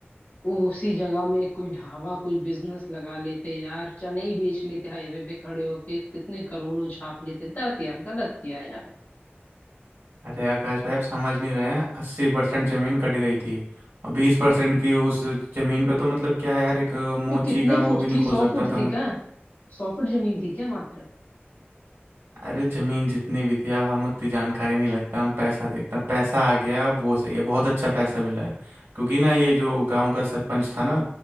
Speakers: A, on the left (about 60°); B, on the right (about 85°).
A: वो उसी जगह में कोई ढाबा कोई बिजनेस लगा लेते यार चने ही बेच लेते हाईवे पे खड़े होके कितने करोड़ों छाप लेते दत यार गलत किया यार
B: अरे आकाश भाई आप समझ नहीं रहे हैं अस्सी परसेंट जमीन कट गई थी और बीस परसेंट की उस जमीन पे तो मतलब क्या यार एक अ, मोची
A: तो कितने
B: का वो
A: फुट
B: भी नहीं
A: थी
B: खोल
A: सौ
B: सकता
A: फुट
B: था
A: थी क्या सौ फुट जमीन थी क्या मात्र
B: अरे जमीन जितनी भी थी अब हम उतनी जानकारी नहीं लगता हम पैसा देखते हैं पैसा आ गया अब वो सही है बहुत अच्छा पैसा मिला है क्योंकि ना ये जो गांव का सरपंच था ना